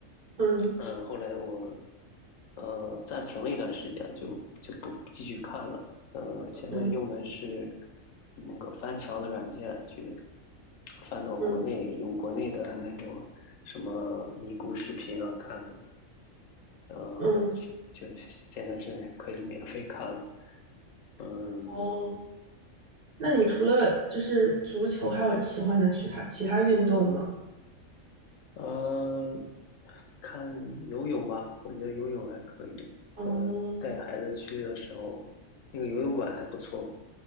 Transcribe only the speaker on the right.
嗯
嗯。
嗯
嗯
哦，那你除了就是足球，
还有喜欢的其他其他运动吗？
嗯，